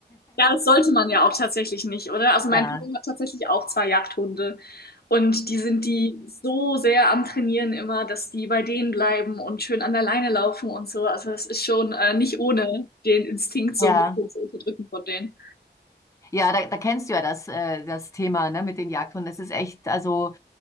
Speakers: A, on the left; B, on the left.
A: Ja, das sollte man ja auch tatsächlich nicht, oder? Also mein
B: Ja.
A: Papa hat tatsächlich auch zwei Jagdhunde und die sind die so sehr am Trainieren immer, dass die bei denen bleiben und schön an der Leine laufen und so. Also es ist schon äh, nicht ohne den Instinkt so
B: Ja.
A: ein bisschen zu unterdrücken von denen.
B: Ja, da, da kennst du ja das, äh, das Thema, ne, mit den Jagdhunden. Das ist echt, also